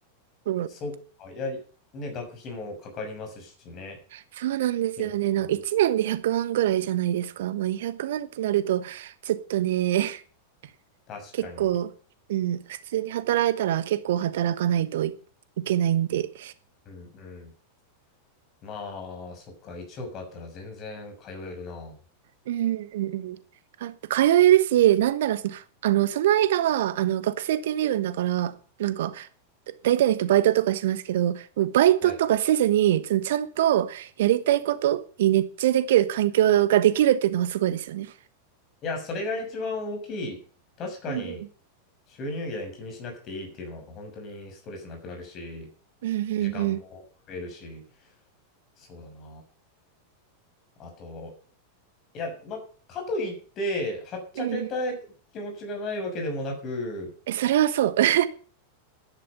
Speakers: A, on the right (about 55°); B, on the left (about 35°).
A: そう、
B: そうか。いや、ね、学費もかかりますしね。
A: そうなんですよね。
B: 研究
A: なんか1年で100万ぐらいじゃないですか。まあ、200万ってなると、ちょっとね、<laughs>
B: 確かに。
A: 結構、うん、普通に働いたら結構働かないとい、いけないんで。
B: うんうん。まあ、そっか、1億あったら全然通えるな。
A: うんうんうん。あ、通えるし、なんならその、あの、その間は、あの、学生っていう身分だから、なんか、だ大体の人バイトとかしますけど、もうバイトとかせずに、
B: はい。
A: そのちゃんとやりたいことに熱中できる環境ができるっていうのがすごいですよね。
B: いや、それが一番大きい。確かに、
A: うんうん。
B: 収入源気にしなくていいっていうのは、本当にストレスなくなるし、
A: うんうんうん。
B: 時間も増えるし、そうだな。あと、いや、まあ、かといって、はっちゃけたい気持ちがないわけでもなく、
A: うんうんえ、それはそう。<laughs> い